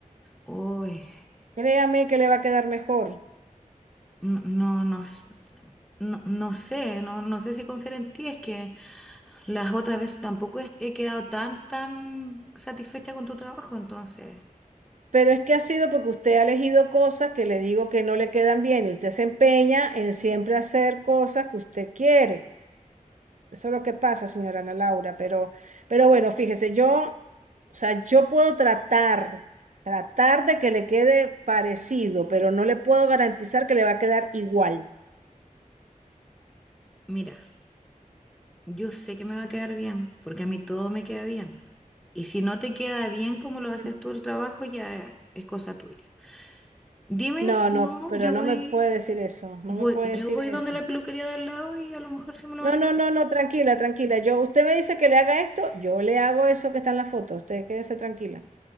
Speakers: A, in the centre; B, on the right (about 60°).
A: Uy,
B: créame que le va a quedar mejor.
A: no, no, no, s- no, no sé, no, no sé si confiar en ti, es que las otras veces tampoco he, he quedado tan, tan satisfecha con tu trabajo, entonces,
B: Pero es que ha sido porque usted ha elegido cosas que le digo que no le quedan bien y usted se empeña en siempre hacer cosas que usted quiere. Eso es lo que pasa, señora Ana Laura, pero, pero bueno, fíjese, yo, o sea, yo puedo tratar, tratar de que le quede parecido, pero no le puedo garantizar que le va a quedar igual.
A: mira, yo sé que me va a quedar bien, porque a mí todo me queda bien. Y si no te queda bien como lo haces
B: Mm.
A: tú el trabajo, ya es cosa tuya. Dime
B: No,
A: si
B: no,
A: no,
B: pero
A: yo
B: no
A: voy,
B: me puede decir eso, no
A: voy,
B: me puede decir
A: yo voy
B: eso.
A: donde la peluquería del lado y a lo mejor sí me lo
B: No,
A: van a
B: no,
A: creer.
B: no, no, tranquila, tranquila. Yo, usted me dice que le haga esto, yo le hago eso que está en la foto, usted quédese tranquila.